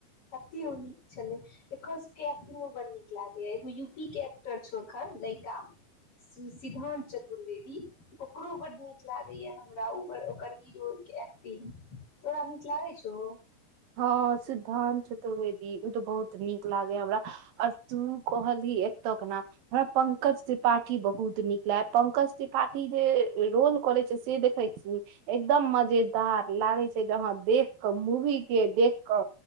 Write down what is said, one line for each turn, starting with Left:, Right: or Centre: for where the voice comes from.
Left: क <inaudible> नीक छलै एकर सबके एक्टिंग मे ब् नीक लागैए एगो यूपी के एक्टर छौ एखन नयका सिद्धान्त चतुर्वेदी ओकरो बड्ड नीक लागैए हमरा ओ ओकर हीरो एक दिन तोरा अी क् लागै छ
Right: हँ सिद्धानं्त चतुर्वेदी ओ तऽ बहुत नीक लागे हा हमरा आ तू कहली एत नाम हमरा पंकज त्रिपाठी बहुत नीक लाग पंकज त्रिपाठी जे रोज करे छै से देखै छी एकदम मजेदार लागे छै जहाँ देख के मुह के देख क